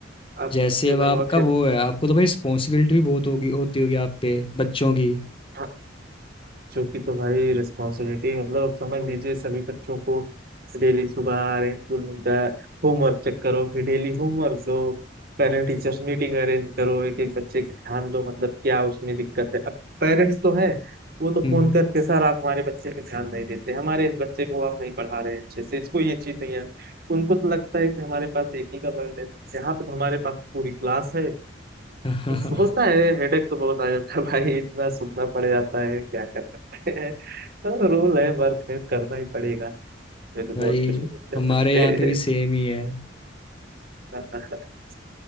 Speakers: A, on the right; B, on the left.
A: इसके
B: जैसे अब
A: अलावा
B: आपका
A: फिर
B: वो है आपको तो भाई रिस्पॉन्सिबिलिटी भी बहुत होगी होती होगी आप पे बच्चों की
A: हाँ। बच्चों की तो भाई रिस्पॉन्सिबिलिटी मतलब आप समझ लीजिए सभी बच्चों को डेली सुबह आ रहे हैं स्कूल मिलता है होमवर्क चेक करो फिर डेली होमवर्क दो पेरेंट टीचर्स मीटिंग अरेंज करो एक एक बच्चे के ध्यान दो मतलब क्या उसमें दिक्कत है अब पेरेंट्स तो है वो तो
B: हम्म
A: फोन करके सर आप हमारे बच्चे पे ध्यान नहीं देते हमारे इस बच्चे को आप नहीं पढ़ा रहे हैं अच्छे से इसको ये चीज नहीं है उनको तो लगता है कि हमारे पास एक ही का बर्डन है यहाँ पे तो हमारे पास पूरी क्लास है
B: <laughs>
A: इस- होता है हेडेक तो बहुत आ जाता है भाई इतना सुनना पड़ जाता है क्या कर सकते हैं तो रूल है वर्क है करना ही पड़ेगा ये तो
B: भाई
A: बहुत कुछ नहीं कर
B: हमारे
A: सकते
B: यहाँ पे भी सेम ही है
A: <laughs>